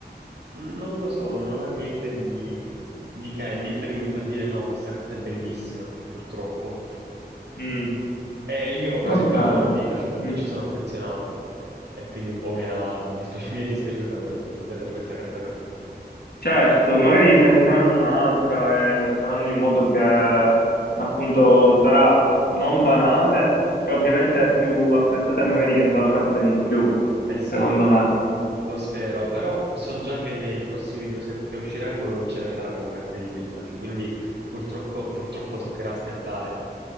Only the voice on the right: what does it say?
non lo so, non ha niente di, di che, niente che mi fa dire no, questa carta è bellissima, purtroppo.
Eh, io per
esempio
adoro Pikachu perché
ci sono affezionato e quindi un po' mi, ha dispi- <laughs> mi è dispiaciuta vedere questa carta così.
Eh sì,
lo spero, però so già che nei prossimi due set che usciranno non ce ne saranno carte di Pikachu, quindi purtroppo, purtroppo toccherà aspettare.